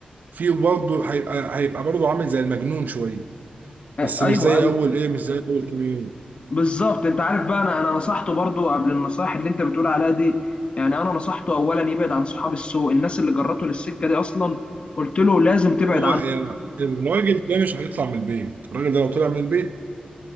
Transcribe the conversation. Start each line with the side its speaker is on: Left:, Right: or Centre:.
Right: فيه برضه هيبقى هيبقى برضه عامل زي المجنون شوية
Left: آه،
Right: بس
Left: ايوه
Right: مش زي أول إيه مش زي أول كام يوم
Left: بالظبط انت عارف بقى انا انا نصحته برضو قبل النصائح اللي انت بتقول عليها دي يعني انا نصحته اولا يبعد عن صحاب السوء الناس اللي جرته للسكه دي اصلا قلت له لازم تبعد
Right: هو
Left: عنه
Right: يعني الراجل ده مش هيطلع من البيت الراجل ده لو طلع من البيت